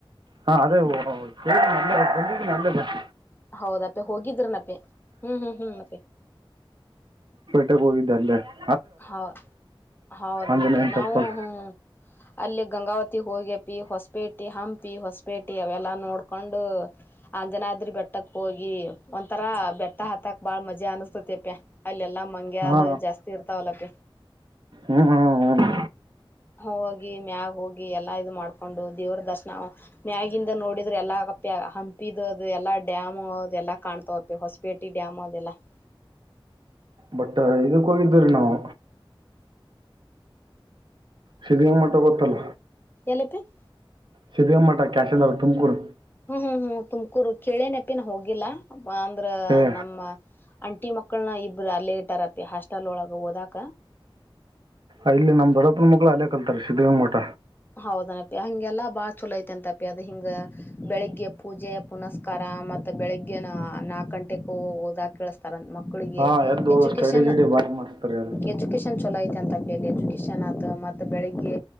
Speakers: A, on the right; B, on the left.
A: ಹಾ ಅದೇ ಕ ನ ಬಂದಿದ್ದ ನಲ್ಲದ <inaudible>
B: ಹೌದಪ್ಪೆ ಹೋಗಿದ್ರನಪೆ ಹ್ಮ್ ಹ್ಮ್ ಹ್ಮ್ಪೆ
A: ಗ ಗಲ್ಲ <inaudible>
B: ಹೌ ಹೌದನಪ್ಪೆ
A: ಆಂಜನೇಯನ
B: ನಾವು
A: ಟೆಂಪಲ್
B: ಹ್ಮ ಅಲ್ಲಿ ಗಂಗಾವತಿ ಹೋಗಿ ಹ ಪಿ ಹೊಸಪೇಟಿ ಹಂಪಿ ಹೊಸಪೇಟಿ ಅವೆಲ್ಲ ನೋಡ್ಕೊಂಡು ಅಂಜನ ಆದ್ರಿ ಬೆಟ್ಟಕ್ ಹೋಗಿ ಒಂಂತರಾ ಬೆಟ್ಟ ಹಾತ್ತಾಕ್ ಬಾಳ್ ಮಜಾ ಅನಿಸತತಿಪ ಅಲ್ಲೆಲ್ಲಾ ಮಂಗೆ
A: ಹಾ
B: ಅದು ಜಾಸ್ತಿ ಇರ್ತಾವಲಕ
A: ಹ್ಮ್ ಹ್ಮ್ ಹ್ಮ
B: ಹ ಹೋಗಿ ಮ್ಯಾಗ್ ಹೋಗಿ ಎಲ್ಲಾ ಇದು ಮಾಡ್ಕೊಂಡು ದೇವ್ರ ದರ್ಶನ ಮ್ಯಾಗಿಿಂದ ನೋಡಿದ್ರೆ ಎಲ್ಲಾ ಹಂಪಿದು ಅದು ಎಲ್ಲಾ ಡ್ಯಾಮ್ ಅದೆ ಎಲ್ಲಾ ಕಾಣ್ತವಪ್ಪಿ ಹೊಸಪೇಟೆ ಡ್ಯಾಮ್ ಅದೆಲ್ಲಾ <inaudible>
A: ಬಟ್ ಇದಕ್ ಹೋಗಿದ್ದೀರೀ ನಾವು ಸಿದ್ಧಾಂಗಾಂಗ ಮಠ ಗೊತ್ತಲ್ಲ
B: ಎಲೆಪಿ <inaudible>
A: ಸಿದ್ಧಾಂಗಾಂಗ ಮಠ ಕ್ಯಾಶಂದ ತುಮಕೂರು
B: ಹ್ಮ್ ಹ್ಮ್ ಹ್ಮ್ ತುಮಕೂರು ಕೇಳೇ ನೆಪಿನ ಹೋಗಿಲ್ಲ ಅಂದ್ರ
A: ಹೇ
B: ನಮ್ಮ ಅಂಟಿ ಮಕ್ಕಳನ ಇಬರು ಅಲ್ಲೇಗೆಟ್ಟರತಿಿ ಹಾಸ್ಟೆಲ್ ಒಳಗ ಹೋದಕ
A: ಅಲ್ಲಿ ನಮದೊಡ್ಡಪ್ಪನ್ ಮಕ್ಳು ಅಲ್ಲೇ ಕಲ್ತಾರೆ ಶ್ರ್ಧೇಂಗ ಮಠ
B: ಹೌದನಪ್ಪಿ ಹಂಗೆಲ್ಲಾ ಬಾಳ ಚಲೋ ಐತೆ ಅಂತಪಿ ಅದ ಹಿಂಗ ಬೆಳಿಗ್ಗೆ ಪೂಜೆ ಪುನಸ್ಕಾರ ಮತ್ತೆ ಬೆಳಿಗ್ಗೆ ನಾಕ ಗಂಟೆಗ ಹೋದಾಗ ಕೇಳತ ಮಕ್ಕಳಿಗೆ
A: ಹಾ ಎದ್ದು
B: ಎಜುಕೇಶನ್
A: ಸ್ಟಡಿ ಗಿಡಿ ಬಾರಿ ಮಾಡಿಸ್ತಾರೆ ಅದು
B: ಎಜುಕೇಶನ್ ಚಲೋ ಐತೆ ಅಂತ ಮೇಲೆ ಎಜುಕೇಶನ್ ಆತ ಮತ್ತೆ ಬೆಳಿಗ್ಗೆ